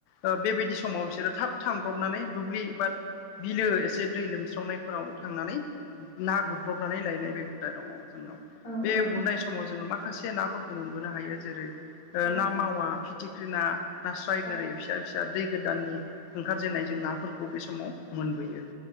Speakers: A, on the left (about 80°); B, on the left (about 30°).
A: ओ बेबायदि समाव बिसोरो थाब थांब्रबनानै दुब्लि बाद बिलो एसे दै लोमस्रावनायफोराव थांनानै ना गुरब्रबनानै लायनाय बे हुदा दङ। जोंनाव
B: औ
A: बे
B: औ औ
A: गुरनाय समाव जोङो माखासे नाफोरखौ मोनबोनो हायो जेरै ओ
B: औ
A: ना मावा थिख्रि ना नास्राय
B: औ
A: गोरै फिसा फिसा दै गोदाननि ओंखारजेननाय जों नाफोरखौ बे समाव मोनबोयो